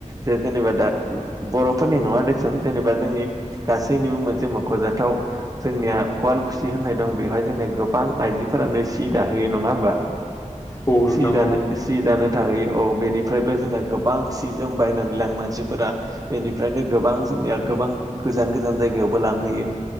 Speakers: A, on the right (about 25°); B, on the left (about 20°).
A: जे जेनेबा दा बर'फोरनि नङा दस जेनेबा। जोंनि गासैनिबो मोनसे मख'जाथाव जोंनिया खुवाल खुसि होननाय दं बेवहाय जोंनिया गोबां। ओं आइजोफोरानो सि दाहोयो नङा होमबा।
B: औ नोंथां
A: सि दानो
B: औ
A: सि दानो थाहैयो औ बेनिफ्रायबो जोंहा गोबां सि जोम बायनानै लाङो मानसिफोरा। बेनिफ्रायनो गोबां जोंनिया। गोबां गोजान गोजान जायगायावबो लांहैयो